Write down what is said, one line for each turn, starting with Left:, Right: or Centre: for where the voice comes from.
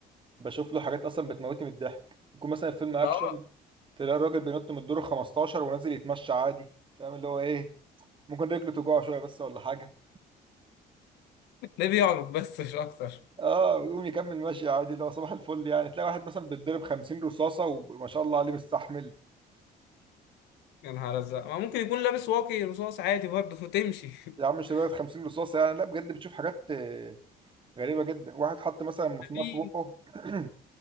Right: بشوف له حاجات اصلا بتموتني من الضحك يكون مثلا فيلم اكشن
Left: ما هو
Right: تلاقي الراجل بينط من الدور ال 15 ونازل يتمشى عادي فاهم اللي هو ايه ممكن رجله توجعه شويه بس ولا حاجه
Left: ده بيعرف بس مش اكتر
Right: اه ويقوم يكمل ماشي عادي اللي هو صباح الفل يعني تلاقي واحد مثلا بيتضرب 50 رصاصه وما شاء الله عليه مستحمل
Left: يا نهار ازرق ما ممكن يكون لابس واقي رصاص عادي برضه وتمشي
Right: يا عم
Left: <laughs>
Right: مش لدرجه 50 رصاصه يعني لا بجد بتشوف حاجات آه، غريبه جدا واحد حط مثلا مسمار
Left: في
Right: في بقه <clears throat>